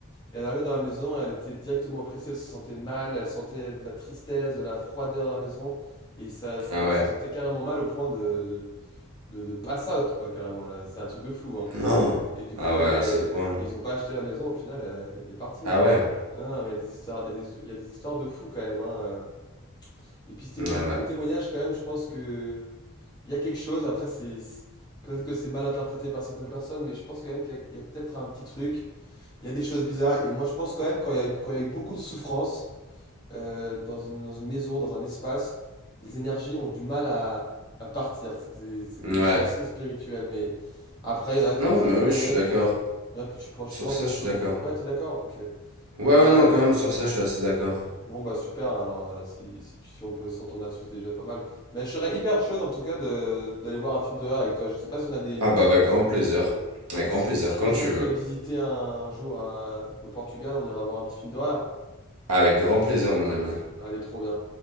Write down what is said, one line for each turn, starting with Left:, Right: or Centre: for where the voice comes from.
Left: elle arrivait dans la maison, elle était directement oppressée, elle se sentait mal, elle sentait de la tristesse, de la froideur dans la maison, et ça,
Right: Ah
Left: elle
Right: ouais.
Left: se sentait carrément mal au point de, de, de, de pass out, quoi, carrément, là. C'est un truc de fou, hein.
Right: Non.
Left: Et du coup,
Right: Ah
Left: elle
Right: ouais,
Left: est...
Right: à ce point.
Left: ils ont pas acheté la maison, au final, elle, elle est partie.
Right: Ah ouais.
Left: Ah, mais il y a des histoires, il y a des, il y a des histoires de fou quand même, hein. euh. Et puis si t'écoutes
Right: Ouais, ouais.
Left: beaucoup de témoignages quand même, je pense que il y a quelque chose. Après, c'est c'est- peut-être que c'est mal interprété par certaines personnes, mais je pense quand même qu'il y a, il y a peut-être un petit truc. Il y a des choses bizarres. Et moi, je pense quand même, quand il y a, eu- quand il y a eu beaucoup de souffrance euh, dans une, dans une maison, dans un espace, les énergies ont du mal à, à partir. C'est des, c'est
Right: Ouais.
Left: des chassés spirituels. Mais après, il y en a qui
Right: Non,
Left: me disent,
Right: mais
Left: il
Right: oui,
Left: y en a,
Right: je suis
Left: il y en a
Right: d'accord.
Left: qui, il y en a, tu peux- je
Right: Sur
Left: pense
Right: ça,
Left: que tu
Right: je suis
Left: peux
Right: d'accord.
Left: comprendre. Ouais, t'es d'accord? Ok.
Right: Ouais,
Left: Bah
Right: ouais, non,
Left: ouais.
Right: quand même, sur ça, je suis assez d'accord.
Left: Bon, bah super. Alors, euh, si, si, tu- si on peut s'entendre là-dessus, c'est déjà pas mal. Mais je serais hyper chaud, en tout cas, de, d'aller voir un film d'horreur avec toi. Je sais pas si on a des.
Right: Ah bah, avec grand plaisir. Avec grand
Left: Si,
Right: plaisir,
Left: si
Right: quand
Left: je
Right: tu
Left: viens
Right: veux.
Left: te visiter un, un jour à- au Portugal, on ira voir un petit film d'horreur.
Right: Avec grand plaisir, mon ami.
Left: Allez, trop bien.